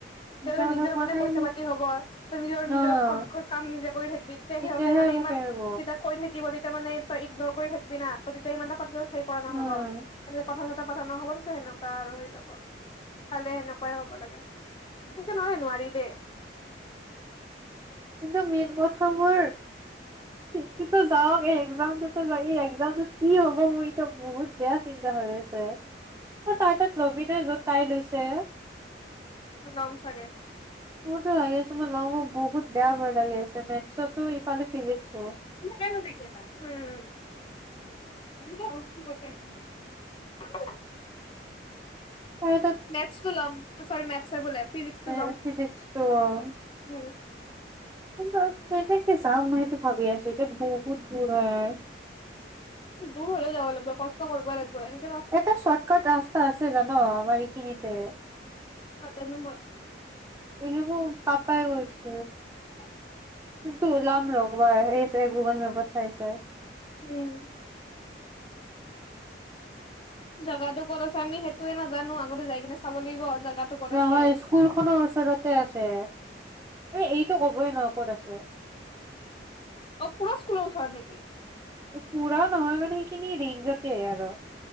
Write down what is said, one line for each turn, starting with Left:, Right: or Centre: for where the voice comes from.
Right: মিছা
Left: তে
Right: কথা
Left: নিজৰ
Right: কোৱা
Left: মানে
Right: নাই
Left: পইচা পাতি হব। ত নিজৰ
Right: সি ন
Left: নিজৰ কাম নিজে কৰি থাকিবি তেতিয়া
Right: তেতিয়াহে
Left: সিহঁতে মানে
Right: মোক
Left: ইমান
Right: এৰিব
Left: চিন্তা কৰি থাকিব নে। তেতিয়া মানে তই ইগনৰ কৰি থাকবিনা ত তেতিয়া ইমান এটা হেই কৰা নহ'ব।
Right: উম
Left: এনে কথা ক পথা নহ'ব দেছে এনেকুৱা আৰু হৈ যাব খালে সেনেকুৱা। হব লাগে, সনেকে নহলে নোৱাৰি দেই।
Right: কিন্তু মি মই <unintelligible> যাওঁক এই একজামটোতু <unintelligible> এইটোত কি হ'ব মোৰ এতিয়া বহুত বেয়া চিন্তা হৈ আছে। তই তাৰ তাত ল'বি নে য'ত তাই লৈছে।
Left: ল'ম চাগে।
Right: মোৰতো লাগি আছে মই লওঁ, মোৰ বহুত বেয়া ভয় লাগি আছে মেথছ তু ইফালে ফিজিক্স।
Left: <unintelligible> উম। <inaudible>
Right: তাই
Left: মেথছটো ল'ম অহ ', সৰি মেথ। চে বোলে। ফিজিক্সটো
Right: হেই
Left: ল'ম
Right: ফিজিক্সটো ল'ম।
Left: উম,
Right: কিন্তু, কেনেকে যাম মই সেইটো ভাবি আছো এতিয়া বহুত দূৰ হয়।
Left: দূৰ হ'লেও যাব লাগব কষ্ট কৰ্বই লাগব আৰু।
Right: এটা শ্বৰ্টকাট ৰাস্তা আছে জান, আমাৰ এইখিনিত। তে',
Left: নাজানো মই
Right: এইবোৰ পাপ। পাইগছ।
Left: <inaudible>
Right: কিন্তু ওলাম ৰ' এই গুগল মেপত চাই চাই।
Left: উম। জাগাতো ক'ত আছে, অমি সেইটোৱে নাজানো! আগতে যাই কিনে চাব লাগিব জাগাটো ক'ত
Right: নহয়
Left: আছে
Right: স্কুল খনৰ ওচৰতে আছে। এইটো কবই নোৱাৰোঁ ক'ত আছে?
Left: অ পোৰা স্কুলৰ ওচৰত নেকি?
Right: পোৰা নহয় মানে সেইখিনিৰে। যতিয়াই আৰু।